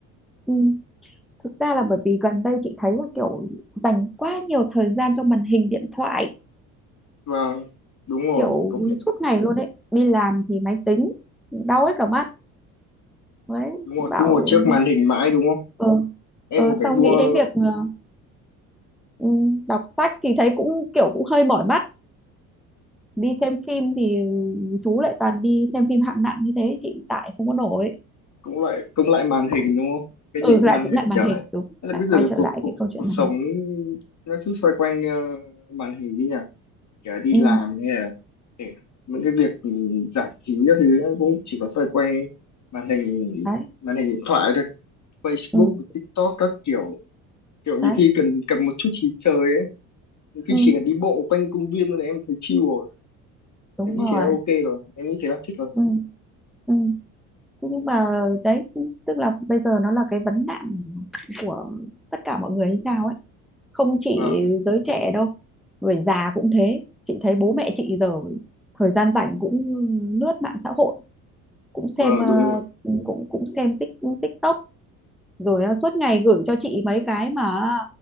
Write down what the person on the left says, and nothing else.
vâng đúng rồi
cũng
đúng rồi
cứ ngồi trước màn hình mãi đúng không
em
còn phải
mua
cũng lại cũng lại màn hình đúng không cái
gì cũng
màn
hình
trở
thế là
bây giờ
cuộc
cuộc
cuộc
sống
nó cứ xoay quanh ờ, màn hình đi nhỉ kể là đi
làm hay là kể những cái việc ừ, giải trí các thứ cũng chỉ có xoay quanh màn hình
màn hình điện thoại thôi Facebook
TikTok các kiểu kiểu nhiều
khi cần cần một chút trí chơi ấy Nhiều khi
chỉ cần đi bộ quanh công viên thôi là em thấy chill rồi.
Em nghĩ
thế là ok rồi. Em nghĩ thế là thích rồi.
Vâng,
vâng,
đúng. rồi.